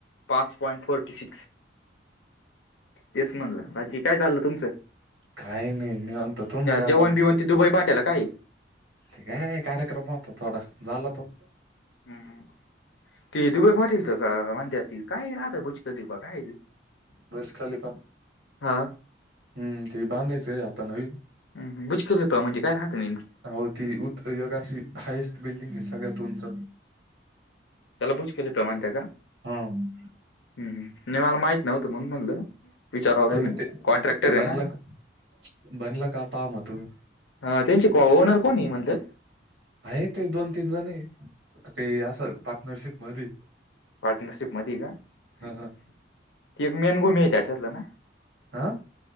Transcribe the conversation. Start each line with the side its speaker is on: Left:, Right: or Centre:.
Left: पाच पॉंईट फोर्टीसी. तेच म्हणलं बाकी काय? चाललं तुमचं.
Right: काही नाही निवांत तुमचं काय
Left: जेवणं,
Right: चाललं
Left: बिवण. त दुबई पाठेला कायये?
Right: ते काय? कार्यक्रम होता. थोडा झाला तो.
Left: हम्म ते. दुबे, पाटील तर. म्हणते ती काय राहत <unintelligible> बुजत त बा काय
Right: बुर्ज खलिफा
Left: हा?
Right: हम्म. ते बांधायचंय. आता नवीन.
Left: ह. गुचखल म्हणजे काय? राहत <unintelligible>
Right: हावू ती. <unintelligible> गाशी हायस्ट बिल्डिंग आहे. सगळ्यात उंच.
Left: हयाला बूज <unintelligible> म्हणत्या काय?
Right: हम.
Left: हम् नाही मला माहित नव्हतं म्हण म्हणलं विचारवात
Right: नाही नाही
Left: म
Right: ते
Left: कॉन्ट्रॅक्टर
Right: ते
Left: आहे
Right: बनला
Left: ना?
Right: का बनला का पाहा म तुम्ही.
Left: ह त्यांची ओनर कोण म्हणले?
Right: आहे ते. दोन, तीन जण ते अस पार्टनरशिप मध्ये.
Left: पार्टनरशिप मध्ये का
Right: हा
Left: की एक मेनभूमी आहे त्याच्यातलं ना? <unintelligible>
Right: आ.